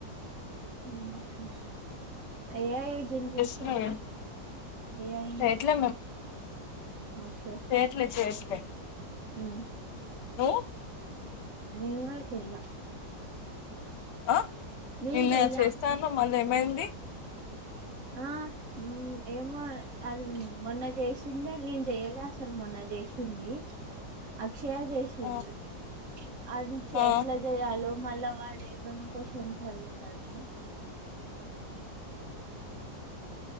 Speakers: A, on the right (about 50°); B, on the left (about 70°).
A: ఉహూ ఎఐ చేసినారా
B: చేస్తున్నావే
A: ఎఐ
B: చేయట్లే
A: ఓకే
B: చెయ్యట్లే చెయ్యట్లే
A: మ్మ్
B: నువ్వు
A: నేను కూడా చెయ్య
B: ఆ
A: నేను
B: నిన్న
A: చెయ్య
B: చేస్తానన్నావ్ మల్ల ఏమైంది
A: ఆ ఉమ్ ఏమో అది మొన్న చేసిన నేను చేయలే అసలు మొన్న చేసింది అక్షయ చే సింది
B: ఆ
A: అది
B: ఆ
A: ఎట్లా చేయాలో మల్ల వాడు ఏం ఏమ్ క్యూస్షన్స్ అడుగుతాడు అని